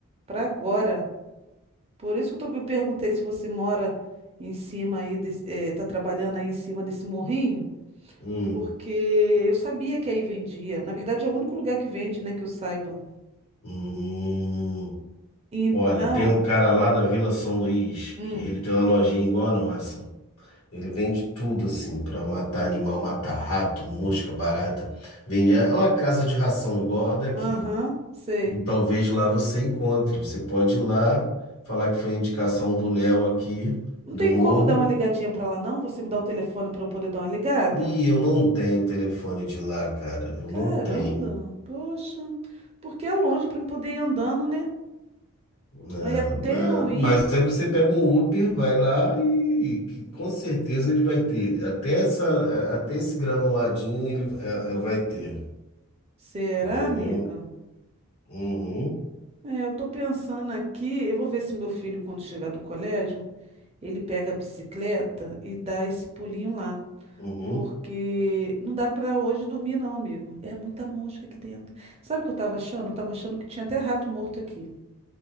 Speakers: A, on the right; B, on the left.
A: pra agora. Por isso que eu tô- eu perguntei se você mora em cima aí, desse, eh, tá trabalhando aí em cima desse morrinho,
B: Hum,
A: porque eu sabia que aí vendia. Na verdade, é o único lugar que vende, né, que eu saiba.
B: hum. hum.
A: Então,
B: Olha, tem um cara lá na Vila São Luís
A: hum,
B: que ele tem uma lojinha igual a nossa. Ele vende tudo assim, pra matar animal, matar rato, mosca, barata. Vende é uma casa de ração igual a daqui.
A: aham, sei.
B: E talvez lá você encontre. Você pode ir lá falar que foi indicação do Léo aqui,
A: Não
B: do
A: tem
B: Morro.
A: como dar uma ligadinha pra lá, não? Você me dá o telefone pra eu poder dar uma ligada?
B: E eu não tenho o telefone de lá, cara. Eu
A: Caramba,
B: não tenho.
A: poxa. Porque é longe pra eu poder ir andando, né?
B: É,
A: Aí até
B: na-
A: eu
B: mas
A: ir.
B: aí você pega um Uber, vai lá e que com certeza ele vai ter. Até essa, até esse granuladinho ele eh,
A: Ah,
B: eh, vai ter.
A: será,
B: Entendeu?
A: amiga?
B: Uhum.
A: É, eu tô pensando aqui. Eu vou ver se meu filho, quando chegar do colégio, ele pega a bicicleta e dá esse pulinho lá.
B: Uhum,
A: Porque não dá pra hoje dormir, não, amigo. É muita mosca aqui dentro. Sabe o que eu tava achando? Eu tava achando que tinha até rato morto aqui.